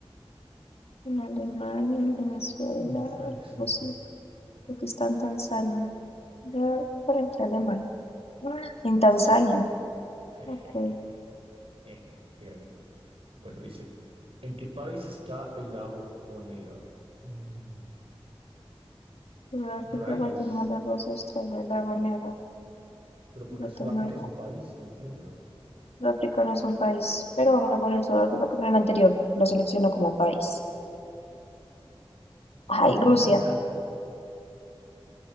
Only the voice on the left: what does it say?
En Alemania, en Venezuela,
no sé. Aquí está en Tanzania. Voy por aquí Alemania. En Tanzania.
Ok.
Sudáfrica,
Guatemala, Rusia, Australia, Lago Nega,
Guatemala.
Sudáfrica no es un país, pero vamos a poner Sudáfrica porque en el anterior lo selecciono como país. Ay,
Rusia.